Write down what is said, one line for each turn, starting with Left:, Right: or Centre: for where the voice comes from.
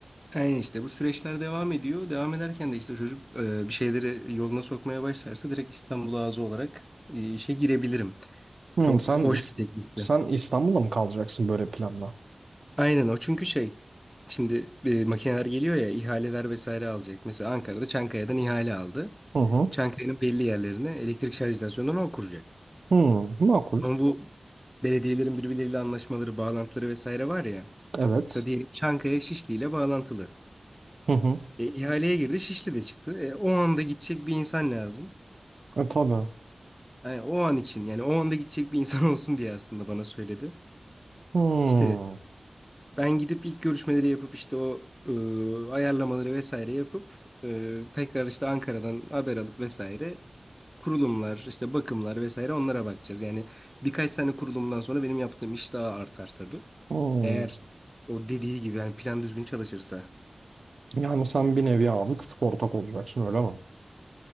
Centre: Yani işte bu süreçler devam ediyor. Devam ederken de işte çocuk e, bir şeyleri yoluna sokmaya başlarsa direkt İstanbul ağzı olarak e, işe girebilirim.
Right: Hı.
Centre: Çok
Right: Sen
Centre: hoş
Right: İs-
Centre: bir teklifti.
Right: sen İstanbul'da mı kalacaksın böyle planla?
Centre: Aynen o çünkü şey şimdi e, makineler geliyor ya ihaleler vesaire alacak. Mesela Ankara'da Çankaya'dan ihale aldı.
Right: Hı hı.
Centre: Çankaya'nın belli yerlerine elektrik şarj istasyonlarını o kuracak.
Right: Hı. Makul.
Centre: Ama bu belediyelerin birbirleriyle anlaşmaları, bağlantıları vesaire var ya.
Right: Evet.
Centre: Mesela diyelim Çankaya Şişli ile bağlantılı.
Right: Hı hı.
Centre: E, ihaleye girdi Şişli de çıktı. E, o anda gidecek bir insan lazım.
Right: E, tabii.
Centre: Yani o an için yani o anda gidecek bir insan <laughs> olsun diye aslında bana söyledi.
Right: Hı.
Centre: İşte Ben gidip ilk görüşmeleri yapıp işte o e, ayarlamaları vesaire yapıp e, tekrar işte Ankara'dan haber alıp vesaire kurulumlar işte bakımlar vesaire onlara bakacağız. Yani birkaç tane kurulumdan sonra benim yaptığım iş daha artar tabii.
Right: Hı.
Centre: Eğer o dediği gibi yani plan düzgün çalışırsa.
Right: Yani sen bir nevi abi küçük ortak olacaksın öyle mi?